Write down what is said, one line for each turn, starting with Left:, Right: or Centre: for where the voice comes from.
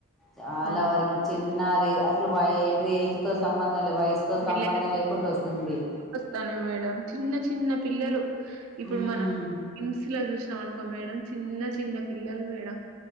Centre: చాలా
Right: ఆ!
Centre: వరకి చిన్నది అసలు వా ఏంటిది ఏజ్ తో సంబంధం లే వయసు తో సంబంధం
Right: లేదు
Centre: లేకుండా వస్తుంది
Right: వస్తానే మేడం చిన్న చిన్న పిల్లలు ఇప్పుడు
Centre: ఉమ్,
Right: మనం హిమ్స్ లో చూసినాం అనుకో మేడం చిన్న చిన్న పిల్లలు మేడం